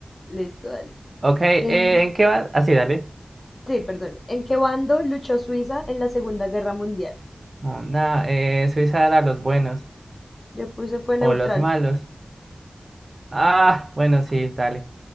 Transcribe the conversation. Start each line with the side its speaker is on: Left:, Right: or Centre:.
Left: Listo, dale.
Right: Ok, eh,
Left: Eh,
Right: ¿en qué va? Así, dale.
Left: Sí, perdón. ¿En qué bando luchó Suiza en la Segunda Guerra Mundial?
Right: Onda, eh, Suiza era los buenos
Left: Yo puse fue neutral.
Right: o los malos. Ah, bueno, sí, dale,